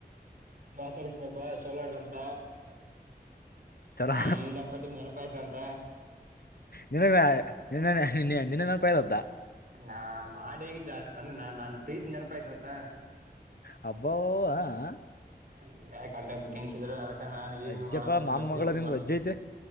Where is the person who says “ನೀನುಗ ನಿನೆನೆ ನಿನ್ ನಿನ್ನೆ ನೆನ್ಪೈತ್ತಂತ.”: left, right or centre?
Left